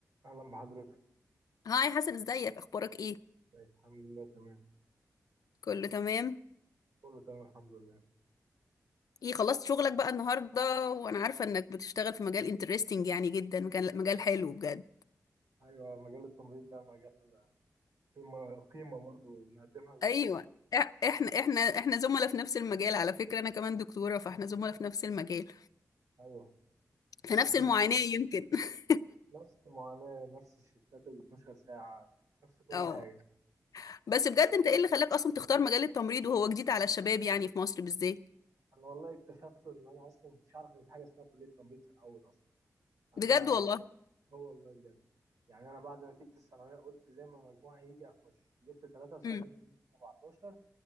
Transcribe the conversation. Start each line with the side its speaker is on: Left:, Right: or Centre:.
Right: أهلا بحضرتك
Left: هاي حسن ازيك اخبارك ايه
Right: ازيك؟ الحمد لله تمام
Left: كله تمام
Right: كله تمام الحمد لله
Left: ايه خلصت شغلك بقى النهارده وانا عارفه انك بتشتغل في مجال انترستنج يعني جدا مجال مجال حلو بجد
Right: أيوة مجال التمريض ده مجال قيمة قيمة برضه بنقدمها للمريض
Left: ايوه إح- احنا احنا احنا زملاء في نفس المجال على فكره انا كمان دكتوره فاحنا زملاء في نفس المجال
Right: أيوة
Left: في نفس
Right: إحنا
Left: المعاناه
Right: بنبقى
Left: يمكن <laughs>
Right: نفس المعاناة نفس الشفتات ال 12 ساعة نفس كل
Left: اه
Right: حاجة
Left: بس بجد انت ايه اللي خلاك اصلا تختار مجال التمريض وهو جديد على الشباب يعني في مصر بالذات
Right: أنا والله اكتشفت إن أنا أصلا مكنتش عارف إن في حاجة اسمها كلية تمريض في الأول أصلا أنا
Left: بجد والله
Right: هو والله بجد يعني أنا بعد نتيجة الثانوية قلت زي ما مجموعي يجي أخش جبت 73%
Left: امم
Right: في 17